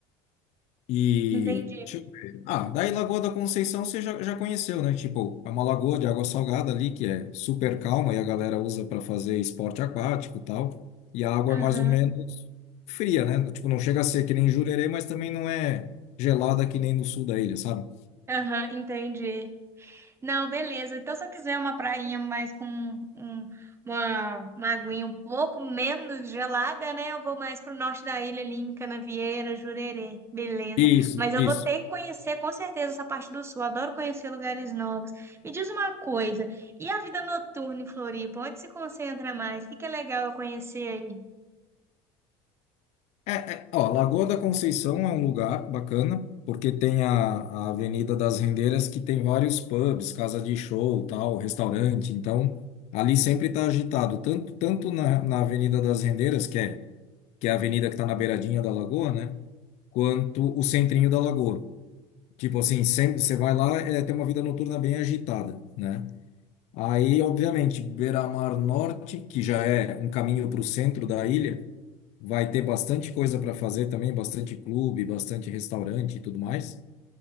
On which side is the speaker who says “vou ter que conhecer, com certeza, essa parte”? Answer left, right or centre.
Right